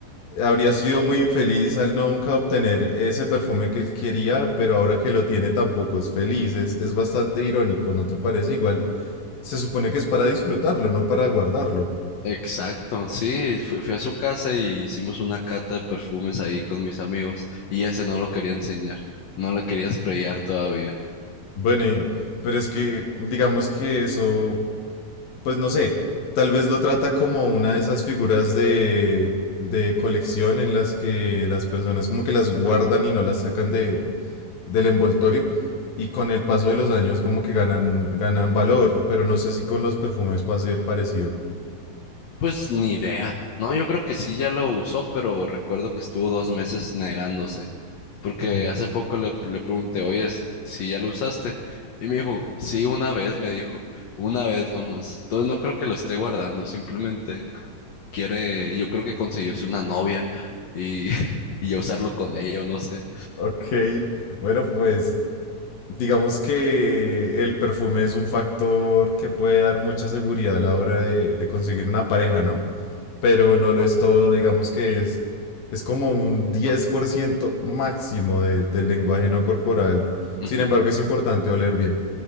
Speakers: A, on the left; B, on the left.
A: Habría sido muy infeliz al no nunca obtener ese perfume que él quería, pero ahora que lo tiene tampoco es feliz. Es, es bastante irónico, ¿no te parece? Igual se supone que es para disfrutarlo, no para guardarlo.
B: Exacto, sí, fui, fui a su casa y hicimos una cata de perfumes ahí con mis amigos y ese no lo quería enseñar, no lo quería sprayar todavía.
A: Bueno, y- pero es que digamos que eso, pues no sé, tal vez lo trata como una de esas figuras de, de colección en las que las personas como que las guardan y no las sacan de, del envoltorio y con el paso de los años como que ganan, ganan valor, pero no sé si con los perfumes pase parecido.
B: Pues ni idea. No, yo creo que sí ya lo usó, pero recuerdo que estuvo dos meses negándose,
A: <laughs>
B: porque
A: Ujú.
B: hace poco le, le pregunté, oye, es- si ya lo usaste. Y me dijo, sí, una vez, me dijo, una vez nomás. Entonces no creo que lo esté guardando, simplemente quiere, yo creo que conseguirse una novia y, <laughs> y ya usarlo con ella, o no sé.
A: Ok, bueno, pues digamos que el perfume es un factor que puede dar mucha seguridad a la hora de, de conseguir una pareja, ¿no? Pero no lo es todo, digamos que es, es como un 10% máximo de- del lenguaje no corporal.
B: Ujú.
A: Sin embargo, es importante oler bien.